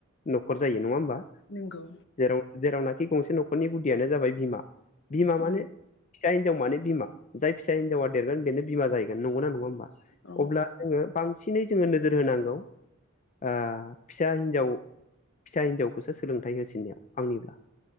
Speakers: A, on the left; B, on the left.
A: न'खर जायो नङा होमबा
B: नंगौ
A: जेराव जेरावनाखि गंसे न'खरनि गुदियानो जाबाय बिमा बिमा माने
B: नों
A: फिसा हिजावान बिमा जाय फसा हिजाव देरगोन बे बिमा जाहैगोन नङा होमबा।
B: औ
A: अब्ला जोङो बांसिनै जोङो नोजोर होनांगौ फिसा हिन्जाव फिसा हिनजावखौसो सोलोंथाइ होसिननायाव आंनिब्ला